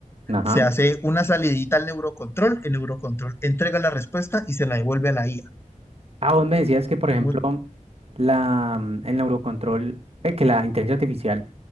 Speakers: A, on the right (about 50°); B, on the left (about 20°).
A: ajá.
B: se hace una salidita al neurocontrol, el neurocontrol entrega la respuesta y se la devuelve a la IA.
A: Ah, vos me decías que, por
B: Es
A: ejemplo,
B: muy-
A: la, mm, el neurocontrol, eh, que la inteligencia artificial